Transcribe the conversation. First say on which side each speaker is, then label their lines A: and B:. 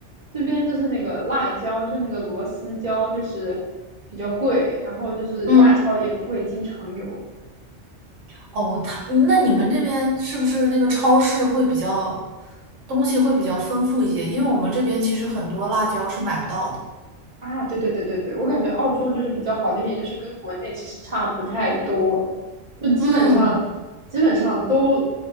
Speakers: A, on the right (about 35°); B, on the right (about 85°).
A: 这边就是那个辣椒，就是那个螺丝椒，就是比较贵，然后就是亚超也不会经常有，
B: 嗯，哦，他，那你们这边是不是那个超市会比较，东西会比较丰富一些？因为我们这边其实很多辣椒是买不到的，
A: 啊，对对对对对，我感觉澳洲就是比较好的一点，就是跟国内其实差不太多，就基本上基本上都
B: 嗯